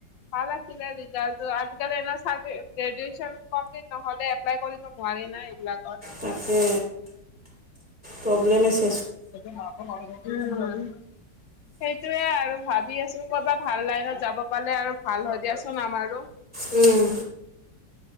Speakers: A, on the left; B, in the centre.
A: ভাল আছিলে ৰিজাল্টটো আজিকালি গ্ৰেজেচন কমপ্লিট নহ'লে এপ্লাই কৰিব নোৱাৰি নাই এইবিলাকত
B: তাকে প্ৰব্লেম আছে
A: এ ম ন <unintelligible> সেইটোয়ে আৰু ভাবি আছো কত'বাত ভাল লাইনত যাব পালে আৰু ভাল হয় দিয়াচোন আমাৰো
B: উম।